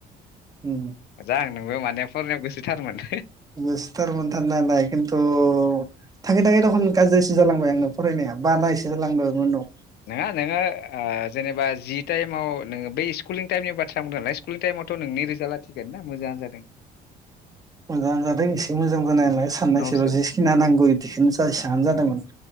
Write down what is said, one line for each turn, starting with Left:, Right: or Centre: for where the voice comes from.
Right: उम
Left: मोजां नोंबो माने फरायनायाव गोसो थारमोन।
Right: गोसोथार मोनथार नालाय खिन्थु थाङै थाङै दखन गाज्रिसो जालांबाय आंनो फरायनाया बानायसो जालांबाय उनाव।
Left: नोङा नोङो ओ जेनेबा जि टाइमाव नोङो बै स्कुुलिं टाइमनि बाथ्रा बुंदों नालाय स्कुुलिं टाइमावथ' नोंनि रिजाल्टा थिगोनोना मोजाङानो जादों।
Right: मोजाङानो जादों ए से मोजां जानाय
Left: उम,
Right: नालाय साननायसेबा
Left: उनावसो
Right: जिखिना नांगौ बिदिखोनो जेसांआनो जादोंमोन।
Left: उम